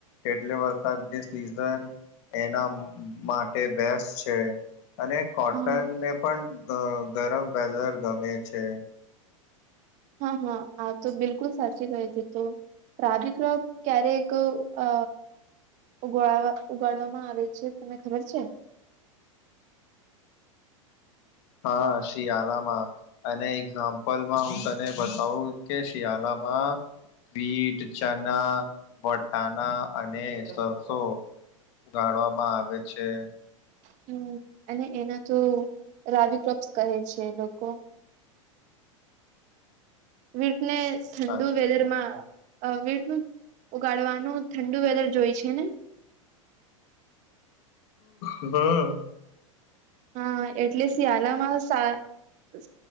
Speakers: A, on the left; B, on the right.
A: એટલે, વરસાદની સિઝન એના માટે બેસ છે અને કોટનને
B: હા
A: પણ અ ગરમ વેધર ગમે છે.
B: હ, હ આ તો બિલકુલ સાચી ગઈ તી તો. રાગી કઅ ક્યારેએક અ... ઉગાળવા ઉગાડવામાં આવે છે, તમે ખબર છે?
A: હા, શિયાલામાં. અને એક્ઝામ્પલમાં હું તને બતાવું કે, શિયાલામાં બીટ, ચના, બટાના... અને
B: હમ
A: સરસો ઉગાડવામાં આવે છે.
B: હમ અને એના તો રવિ ક્રોપ્સ કહે છે લોકો. વીટનેસ ઠંડુ
A: સાચું
B: વેધરમાં.
A: છે.
B: વીટ નું ઉગાડવાનું ઠંડુ વેધર જોય છે ને.
A: હા.
B: હા એટલે શિયાળામાં શા